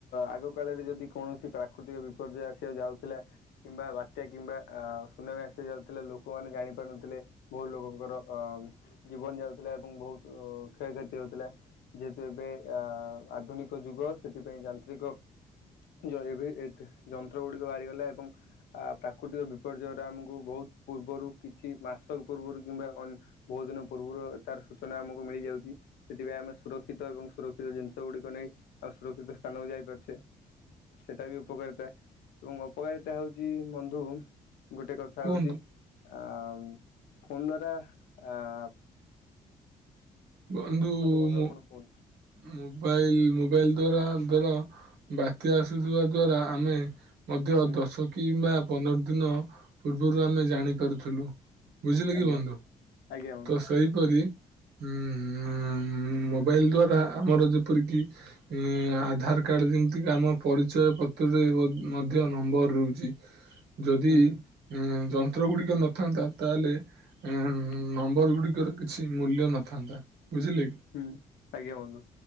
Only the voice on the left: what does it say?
ଆଗ କାଳରେ ଯଦି କୌଣସି ପ୍ରାକୃତିକ ବିପର୍ଯ୍ୟୟ ଆସିବାକୁ ଯାଉଥିଲା କିମ୍ବା ବାତ୍ୟା କିମ୍ବା ଆ ସୁନାମି ଆସି ଯାଉଥିଲା ଲୋକମାନେ ଜାଣି ପାରୁନଥିଲେ ବହୁତ ଲୋକଙ୍କର ଅ ଜୀବନ ଯାଉଥିଲା ଏବଂ ବହୁତ କ୍ଷୟକ୍ଷତି ହେଉଥିଲା ଯେହେତୁ ଏବେ ଅ ଆଧୁନିକ ଯୁଗ ସେଥିପାଇଁ ଜାଣି ରି ଗକ୍ ଯ ଏବେ ଏ ଯନ୍ତ୍ର ଗୁଡିକ ବାହାରିଗଲା ଏବଂ ଆ ପ୍ରାକୃତିକ ବିପର୍ଯ୍ୟୟରେ ଆମକୁ ବହୁତ ପୂର୍ବରୁ କିଛି ମାସକ ପୂର୍ବରୁ କିମ୍ବା ଅ ବହୁତ ଦିନ ପୂର୍ବରୁ ତାର ସୂଚନା ଆମକୁ ମିଳିଯାଉଚି। ସେଥିପାଇଁ ଆମେ ସୁରକ୍ଷିତ ଏବଂ ସୁରକ୍ଷିତ ଜିନିଷ ଗୁଡିକ ନେଇ ଆଉ ସୁରକ୍ଷିତ ସ୍ଥାନ କୁ ଯାଇ ପାରୁଛେ। ସେଟା ବି ଉପକାରିତା ଏବଂ ଅପକାରିତା ହଉଚି ବନ୍ଧୁ ଗୋଟେ କଥା
ହଉଚି ଆ-ଆ-ଆ ଫୋନ୍ ଦ୍ଵାରା ଆ-ଆ-ଆ
ବନ୍ଧୁ
ଆପଣ କୁହନ୍ତୁ
ହୁଁ
ଆଜ୍ଞା
ଆଜ୍ଞା ବନ୍ଧୁ
ହୁଁ
ହୁଁ
ହୁଁ ଆଜ୍ଞା ବନ୍ଧୁ